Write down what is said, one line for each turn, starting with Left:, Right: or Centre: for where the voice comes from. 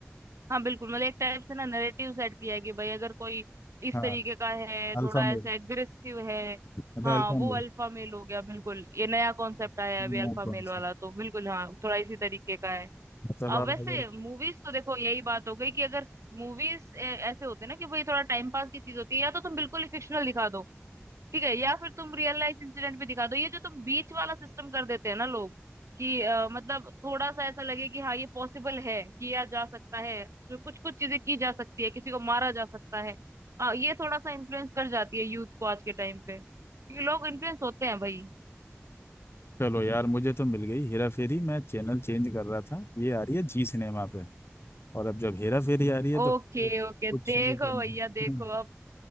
Right: हाँ बिल्कुल मतलब एक टाइप से ना नैरेटिव सेट किया है कि भाई अगर कोई इस
Left: हाँ
Right: तरीके का है थोड़ा
Left: अल्फा मेल
Right: ऐसा एग्रेसिव है
Left: मतलब
Right: हाँ
Left: अल्फा
Right: वो
Left: मेल
Right: अल्फा मेल हो गया बिल्कुल ये नया कॉन्सेप्ट आया है अभी
Left: नो
Right: अल्फा
Left: कौन
Right: मेल वाला
Left: सा
Right: तो बिल्कुल हाँ थोड़ा इसी तरीके का है
Left: मतलब
Right: अब
Left: आप
Right: वैसे
Left: अगर
Right: मूवीज तो देखो यही बात हो गई कि अगर मूवीज ऐसे होते हैं ना कि भाई थोड़ा टाइम पास की चीज होती है या तो तुम बिल्कुल ही फिक्शनल दिखा दो ठीक है या फिर तुम रियल लाइफ इंसिडेंट भी दिखा दो ये जो तुम बीच वाला सिस्टम कर देते हैं ना लोग कि अ, मतलब थोड़ा सा ऐसा लगे कि हाँ ये पॉसिबल है किया जा सकता है कुछ कुछ चीजें की जा सकती है किसी को मारा जा सकता है अ, ये थोड़ा सा इन्फ्लुएंस कर जाती है यूथ को आज के टाइम पे क्योंकि लोग इन्फ्लुएंस होते हैं भाई
Left: चलो यार मुझे तो मिल गई हेरा फेरी मैं चैनल चेंज कर रहा था ये आ रही है जी सिनेमा पे और अब जब हेरा फेरी आ रही है
Right: ओके
Left: तो फिर
Right: ओके
Left: कुछ
Right: देखो
Left: नहीं करना
Right: भैया देखो
Left: हम्म,
Right: अब